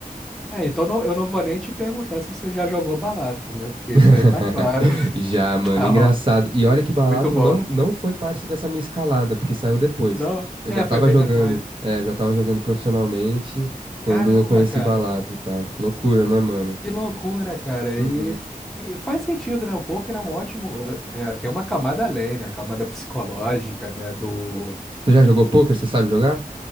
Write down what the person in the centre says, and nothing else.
É, então não- eu não vou nem te perguntar se você já jogou Balatro, né? Porque
isso aí tá claro.
<laughs>
Tá,
ó,
muito bom.
Não,
é,
foi bem
depois.
Caramba,
cara.
Que loucura, cara.
E, e faz sentido, né? O poker é um ótimo. É, é, tem uma camada além, né? A camada psicológica, né? Do,